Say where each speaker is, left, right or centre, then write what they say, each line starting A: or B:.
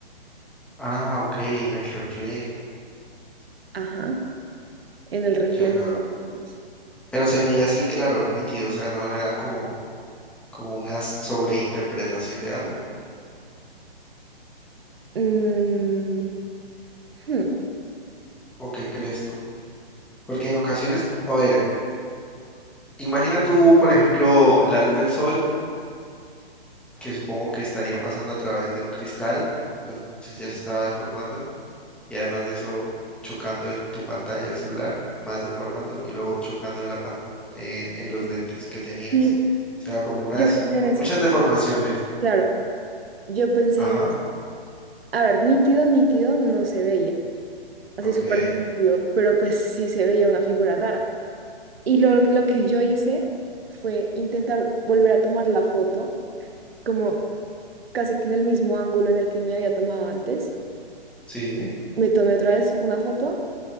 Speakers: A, in the centre; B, on the right (about 70°).
A: Ah, ok, en el reflejo,
B: Ajá, en el reflejo
A: ya.
B: de las gafas.
A: Pero se veía así, claro, nítido, o sea, no era como, como una sobreinterpretación de algo,
B: Mm, hmm,
A: ¿o qué crees tú? Porque en ocasiones, a ver, imagina tú, por ejemplo, la luz del sol, que supongo que estaría pasando a través de un cristal, entonces ya se estaba deformando, y además de eso, chocando en tu pantalla del celular, más deformando, y luego chocando en la pan- en, en los lentes que tenías.
B: Y
A: O sea, como unas,
B: Yo pensé
A: mu-
B: en eso.
A: muchas deformaciones.
B: Claro, yo pensé
A: Ajá.
B: en eso. A ver, nítido, nítido no se veía, así
A: Ok,
B: súper nítido, pero pues sí se veía una figura rara. Y lo, lo que yo hice fue intentar volver a tomar la foto como casi que en el mismo ángulo en el que me había tomado antes.
A: sí.
B: Me tomé otra vez una foto